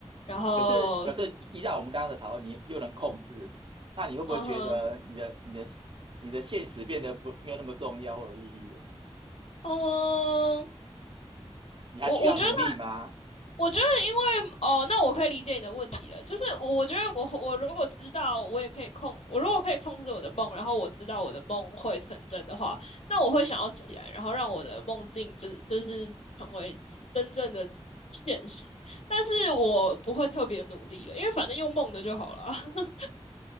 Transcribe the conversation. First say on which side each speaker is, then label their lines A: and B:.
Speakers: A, on the left; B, on the right.
A: 然后，
B: 可是可是依照我们刚刚的讨论，你又能控制，那你会不会觉得你的你的
A: 嗯哼，
B: 你的现实变得不没有那么重要或有意义了？
A: 嗯，
B: 你还需要努力吗？
A: 我我觉得我觉得，因为哦，那我可以理解你的问题了。就是我，我觉得我我如果知道，我也可以控，我如果可以控制我的梦，然后我知道我的梦会成真的话，那我会想要起来，然后让我的梦境就是就是成为真正的现实。但是我不会特别努力了，因为反正用梦的就好了。<laughs>